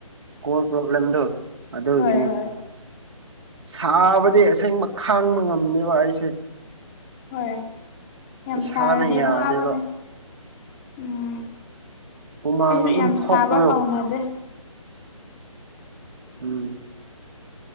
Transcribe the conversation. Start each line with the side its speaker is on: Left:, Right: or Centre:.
Right: ꯀ ꯄ꯭ꯔꯣꯕ꯭ꯂꯦꯝꯗꯣ ꯑꯗꯨꯒꯤꯅꯤ
Left: ꯍꯣꯏ ꯍꯣꯏ
Right: ꯁꯥꯕꯗꯤ ꯑꯁꯦꯡꯕ ꯈꯥꯡꯕ ꯉꯝꯅꯦꯕ ꯑꯩꯁꯦ
Left: ꯍꯣꯏ ꯌꯥꯝ
Right: ꯏꯁꯥꯅ
Left: ꯁꯥꯔꯗꯤ
Right: ꯌꯥꯗꯦꯕ
Left: ꯋꯥꯉꯕꯅꯦ ꯎꯝ
Right: ꯍꯨꯃꯥꯡ
Left: ꯑꯩꯁꯨ
Right: ꯑꯗꯨꯝ
Left: ꯌꯥꯝ
Right: ꯊꯣꯛꯄꯗꯣ
Left: ꯁꯥꯕ ꯍꯧꯥꯎꯅꯗꯦ
Right: ꯎꯝ